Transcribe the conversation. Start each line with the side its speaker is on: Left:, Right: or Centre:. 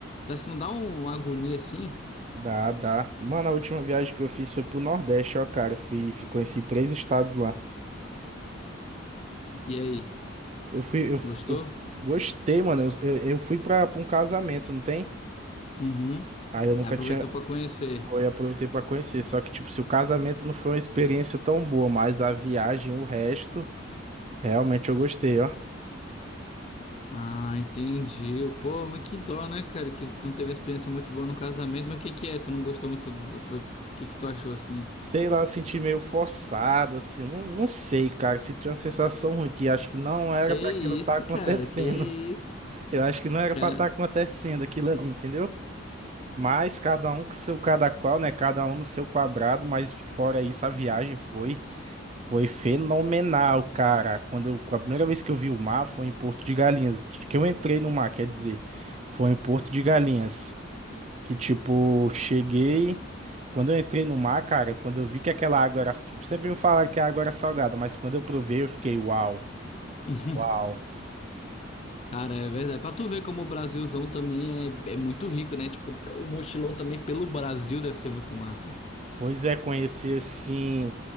Left: Parece que não dá um- uma agonia assim.
Right: Dá, dá. Mano, a última viagem que eu fiz foi pro Nordeste, ó, cara. Eu fui, fui conheci três estados lá.
Left: E aí,
Right: Eu fui, eu,
Left: gostou?
Right: eu gostei, mano. Eu, eu, eu fui pra, pra um casamento, não tem?
Left: Uhum.
Right: Aí eu nunca
Left: Aí aproveitou
Right: tinha.
Left: pra conhecer.
Right: Eu aproveitei pra conhecer. Só que, tipo, se o casamento não foi uma experiência tão boa, mas a viagem, o resto, realmente eu gostei, ó.
Left: Ah, entendi. Pô, mas que dó, né, cara? Que tu não teve uma experiência muito boa no casamento. Mas o que que é? Tu não gostou muito? do- Foi... O que que tu achou assim?
Right: Sei lá, eu senti meio forçado, assim. eu Não, não sei, cara. Senti uma sensação ruim que acho que não era
Left: Que isso,
Right: pra aquilo estar acontecendo.
Left: cara? Que
Right: <laughs>
Left: isso?
Right: Eu acho que não era
Left: Cara.
Right: pra estar acontecendo aquilo ali, entendeu? Mas cada um com seu cada qual, né? Cada um no seu quadrado, mas fora isso, a viagem foi foi fenomenal, cara. Quando eu- a primeira vez que eu vi o mar foi em Porto de Galinhas, que eu entrei no mar, quer dizer, foi em Porto de Galinhas, que tipo, cheguei, quando eu entrei no mar, cara, quando eu vi que aquela água era, sempre me falaram que a água era salgada, mas quando eu provei, eu fiquei, uau,
Left: <laughs>
Right: uau.
Left: Cara, é verdade. Pra tu ver como o Brasilzão também é, é muito rico, né? Tipo, o mochilão também pelo Brasil deve ser muito massa.
Right: Pois é, conhecer assim.